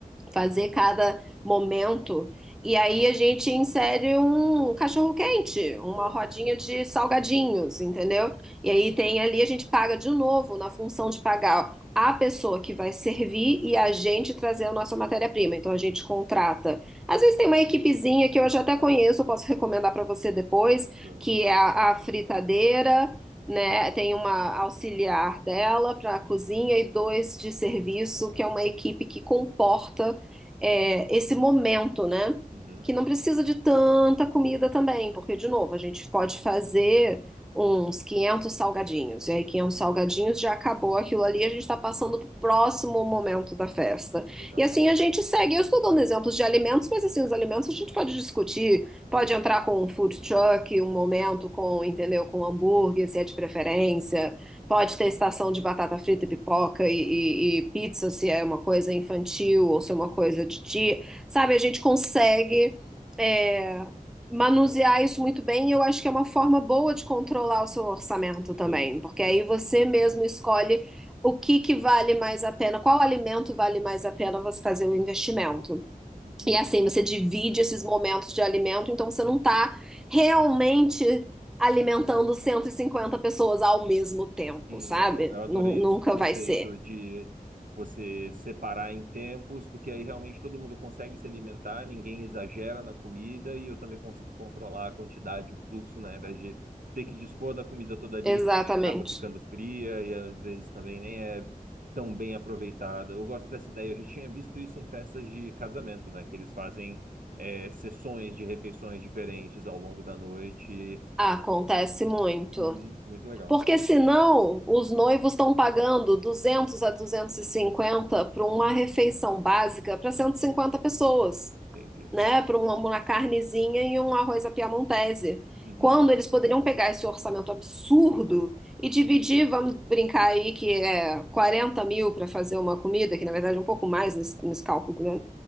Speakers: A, in the centre; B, on the right.
A: fazer cada momento. E aí a gente insere um cachorro quente, uma
B: pô,
A: rodinha
B: muito bom,
A: de salgadinhos, entendeu? E aí tem ali, a gente paga de novo na função de pagar a pessoa que vai servir e a gente trazer a nossa matéria-prima. Então a gente contrata. Às vezes tem uma equipezinha que eu já até conheço, eu posso recomendar para você depois,
B: bacana,
A: que é a, a fritadeira, né? Tem uma auxiliar dela para a cozinha e dois de serviço, que é uma equipe que comporta é, esse momento, né?
B: Uhum.
A: Que não precisa de tanta comida também, porque, de novo, a gente pode fazer uns 500 salgadinhos, e aí 500 salgadinhos já acabou aquilo ali, a gente está passando para o próximo momento da festa.
B: legal.
A: E assim a gente segue. Eu estou dando exemplos de alimentos, mas assim, os alimentos a gente pode discutir, pode
B: Sim.
A: entrar com um food truck, um momento com, entendeu, com hambúrguer, se é de preferência, Pode ter estação de batata frita, e pipoca e, e- e pizza, se é uma coisa infantil ou se é uma
B: Uhum.
A: coisa de dia. Sabe, a gente consegue é, manusear isso muito bem e eu acho que é uma forma boa de controlar o seu orçamento também,
B: Sim.
A: porque aí
B: Gostei
A: você
B: muito.
A: mesmo escolhe o que que vale mais a pena, qual alimento vale mais a pena você fazer o investimento.
B: Uhum.
A: E é assim, você divide esses momentos de alimento, então você não está realmente alimentando 150 pessoas ao mesmo tempo,
B: Sim,
A: sabe?
B: eu eu adorei
A: Nu- nunca
B: esse conceito
A: vai ser.
B: de você separar em tempos, porque aí realmente todo mundo consegue se alimentar, ninguém exagera na comida e eu também consigo controlar a quantidade, o fluxo, né, ao invés de ter que dispor da comida toda ali,
A: Exatamente.
B: que também acaba ficando fria e às vezes também nem é tão bem aproveitada. Eu gosto dessa ideia, eu já tinha visto isso em festas de casamento, né, que eles fazem é, sessões de refeições diferentes ao longo da noite.
A: Acontece muito.
B: Uhum, muito legal.
A: Porque
B: É,
A: senão os noivos estão pagando 200 a 250 para uma refeição básica para 150 pessoas.
B: entendi.
A: né, para uma, uma carnezinha e um arroz à piamontese.
B: Uhum.
A: Quando eles poderiam pegar esse orçamento absurdo e dividir, vamos brincar aí que é 40 mil para fazer uma comida, que na verdade é um pouco mais nesse, nesse cálculo, né?